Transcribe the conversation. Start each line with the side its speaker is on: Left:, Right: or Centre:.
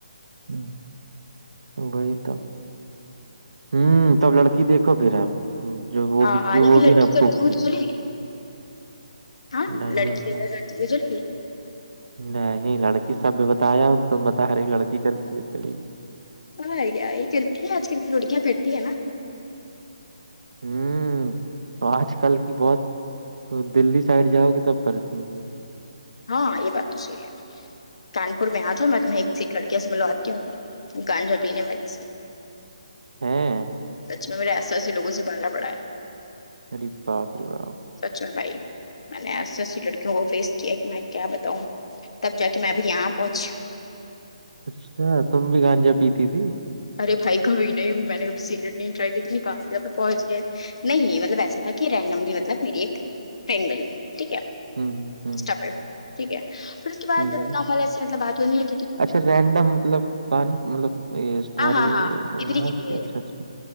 Right: ہوں وہی تو ہوں تب لڑکی دیکھو پھر آپ جو وہ
Left: ہاں
Right: بھی
Left: ہاں
Right: جو
Left: لیکن
Right: وہ بھی
Left: لڑکی
Right: نہ پھکتی
Left: کرتی ہوئی تو چلے
Right: ہے
Left: گی ہاں
Right: نہیں
Left: لڑکی
Right: یار
Left: جا کر پ چ
Right: نہیں لڑکی سب بھی بتایا تم بتا ارے لڑکی کرتی ہے چلی
Left: ہاں گیا یہ کررتی ہیں آج کل روڑکیا پرتی ہیں نا
Right: ہوں تو آج کل کی بہت دللی سے سائڈ جاؤ گی تب کر دیں گے
Left: ہاں یہ بات تو سی ہے کان پور میں آ جاؤ م میں تمہیں ایک لڑکیا سے ملواتی ہوں گانجا پینے والیری سے
Right: ہاں
Left: سچ میں میرے آساس سےوگوں سے بالا پڑا ہے
Right: اے باپ ر بااب
Left: سچن بھائی ایو لڑکیوں وہ فس کیا کہ میں کیا بتاؤں تب جا کے میں ابھی یہاں پہنچ
Right: اچ تم بھی گانجا پیتی تھی
Left: ارے بھائی کبھی نہیں میں نے کبھی سگریٹ نہیں ٹرائی کی تو نکان پہنچ گ ہے نہیں مطلب ایسا تھا کہ رینڈملی مطلب میری ایک فٹرینڈ بنے گی ٹھیک ہے
Right: ہوں ہ
Left: ٹھیک ہے پھر اس کے بعد
Right: ہ ہ
Left: نارمل ایسی مطلب بات ہونی ہے
Right: اچھا رینڈم مطلب کہن مطلب تمہارے
Left: ہاں ہاں ہاں ادھر
Right: وہاں
Left: ہی کی تھی
Right: اچھا اچھا